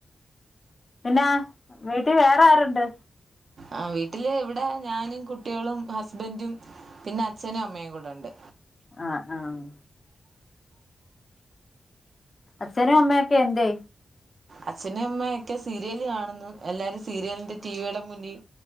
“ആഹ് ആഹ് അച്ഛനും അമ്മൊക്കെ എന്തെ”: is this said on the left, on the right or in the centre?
Left